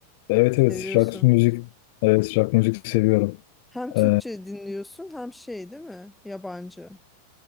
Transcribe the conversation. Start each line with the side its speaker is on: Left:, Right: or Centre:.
Left: evet
Centre: Seviyorsun.
Left: evet rock müzik evet rock müzik seviyorum.
Centre: Hem Türkçe
Left: E,
Centre: dinliyorsun hem şey değil mi? Yabancı.